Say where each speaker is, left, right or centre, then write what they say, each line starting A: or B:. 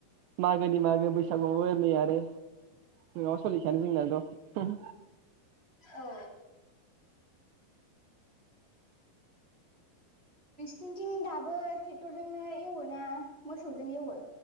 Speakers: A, on the right; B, on the right.
A: मागोनि मागो बैसागुआवबो नै आरो नोंआबा सोलिखायानो जोंनाथ'
B: औ। सिनिथिं दाबो टेक्टरजोंनो एवोना मोसौजों एवो?